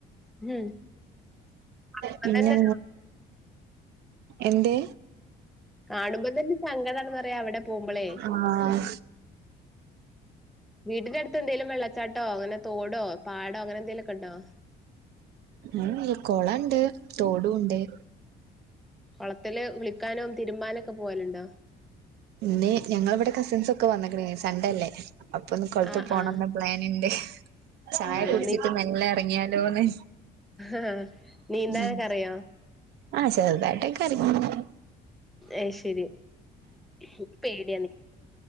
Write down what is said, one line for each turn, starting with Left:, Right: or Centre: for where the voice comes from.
Centre: ഉം ഇപ്പതന്നെ
Right: <inaudible> പിന്നെ എന്ത്
Centre: കാണുമ്പോ തന്നെ സംങ്കതാണെന്ന്റയാ അവിടെ പോകുമ്പോളെ.
Right: ആഹ്
Centre: വീടിന്റെടുത്ത് എന്തേലും വെള്ളച്ചാട്ടോ അങ്ങനെ തൊടോ പാടോ അങ്ങനെ എന്തെലോക്കെ ണ്ടോ?
Right: ഉം കുളണ്ട് തോടുംണ്ട്.
Centre: കുളത്തില് വിളിക്കാനോ തിരുമ്പാന ഒക്കെ പോവലുണ്ടോ?
Right: ഇന്ന് ഞങ്ങളിവിടെ കസിൻസ് ഒക്കെ വന്നക്ക്ണ് സൺണ്ടേ അല്ലേ അപ്പൊ ഒന്ന് കൊളത്ത്
Centre: ആഹ്
Right: പോണംന്ന്
Centre: ആഹ്
Right: പ്ലാനുണ്ട് ഹ് ചായ
Centre: ആണോ
Right: കുടിച്ചിട്ട്
Centre: നീന്ത
Right: മെല്ല ഇറങ്ങിയാലോന്ന്
Centre: ആഹ്. നീന്താനൊക്കെ
Right: ഉം.
Centre: അറിയോ
Right: ആഹ് ചെറുതായിട്ടൊ <unintelligible>
Centre: ആയിഷരി ന്ക്ക് പേടിയാണ്